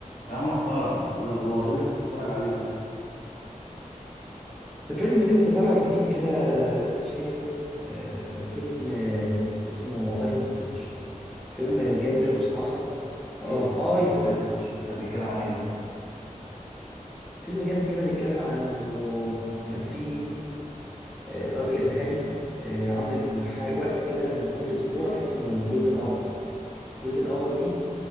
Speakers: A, on the left; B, in the centre.
A: يا محترم ايه الاخبار ايه اللي انت بتتفرج عليه ده
B: ده فيلم لسه طالع جديد كده لسه شايفه آه، فيلم آه، اسمه اي هوستج فيلم
A: اي هوستج
B: جامد قوي بصراحة اه
A: ايه الفيلم ده بيتكلم
B: اي هوستج
A: ده بيتكلم عن ايه ده
B: فيلم جامد كده بيتكلم عن انه كان في آه، راجل ارهابي آه، عامل ح- وقت كده من كل اسبوع اسمه جولدن اور جولدن اور دي